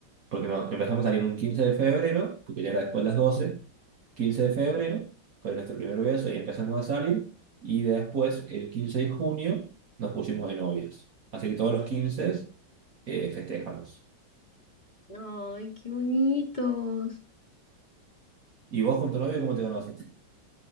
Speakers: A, on the right (about 55°); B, on the left (about 25°).
A: porque nos empezamos a salir un 15 de febrero, porque ya era después de las doce quince de febrero, fue nuestro primer beso y empezamos a salir, y después el 15 de junio nos pusimos de novios. Así que todos los 15 eh, festejamos.
B: Ay, qué bonitos.
A: ¿Y vos con tu novio cómo te conociste?